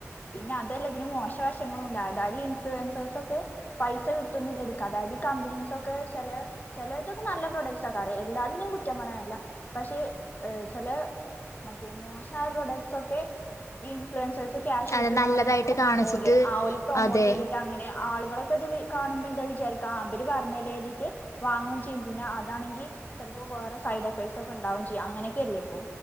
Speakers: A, on the left; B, on the left.
A: പിന്നെ അതെല്ല ഇതിന് മോശവശങ്ങളും ഉണ്ട് അതായത് ഇൻഫ്ലുവൻസേഴസ് ഒക്കെ പൈസ കിട്ടുന്നില്ല അതായത് ഈ കമ്പനീസ് ഒക്കെ ചില ചിലതൊക്കെ നല്ല പ്രൊഡക്ട് സാ ഒക്കെ എല്ലാത്തിനെയും കുറ്റം പറയാനല്ല പക്ഷേ ചില മറ്റ മോശമായ പ്രൊഡക്ട്സ് ഒക്കെ ഈ ഇൻഫ്ലുവൻസഴസ് ക്യാഷ്
B: അത്
A: ക്യാഷ് കിട്ടുമോന്ന്
B: നല്ലതായിട്ട്
A: അറിയുമ്പോ
B: കാണിച്ചിട്ട്
A: അവർ പ്രമോട്ട്
B: അതെ
A: ചെയ്തിട്ട് അങ്ങനെ നിങ്ങൾ കാണുമ്പോ എന്താ വിചാരിക്കാം അവർ പറഞ്ഞെ എഴുതിട്ട് വാങ്ങുകയും ചെയ്യും പിന്നെ അതാണെങ്കിൽ ഇപ്പോ വേറെ സൈഡ് എഫക്ട്സ് ഒക്കെ ഉണ്ടാവുകയും ചെയ്യും അങ്ങനൊക്കെയല്ല ഇപ്പോ